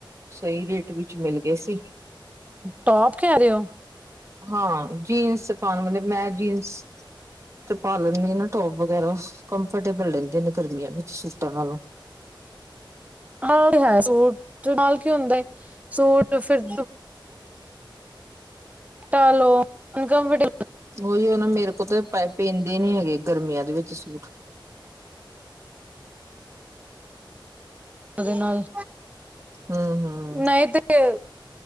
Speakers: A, on the right; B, on the right.
A: ਸਈ ਰੇਟ ਵਿੱਚ ਮਿਲ ਗਏ ਸੀ
B: ਟੋਪ ਕਹਿ ਰਹੇ ਹੋ?
A: ਹਾਂ ਜੀਨਸ ਪਾਣ ਵਾਲੇ ਮੈਂ ਜੀਨਸ ਤੇ ਪਾ ਲੈਣੀ ਆ ਨਾ ਟੋਪ ਵਗੈਰਾ ਓ ਕੰਫਰਟੇਬਲ ਰਹਿੰਦੇ ਨੇ ਗਰਮੀਆਂ ਵਿੱਚ ਸੂਟਾਂ ਨਾਲੋਂ
B: ਆ ਰਿਹਾ ਸੂਟ ਸੂਟ ਨਾਲ ਕੀ ਹੁੰਦੇ ਸੂਟ ਫਿਰ ਦੁਪੱਟਾ ਲੋ ਅਨਕਮਫਰਟੇਬਲ
A: ਉਹੀਹੋ ਨਾ ਮੇਰੇ ਕੋਲ ਤੇ ਪੈਂਦੇ ਨੀ ਹੈਗੇ ਗਰਮੀਆਂ ਦੇ ਵਿੱਚ ਸੂਟ
B: ਉਦੇ ਨਾਲ
A: ਹਮ ਹਮ
B: ਨਈ ਤੇ ਤੇ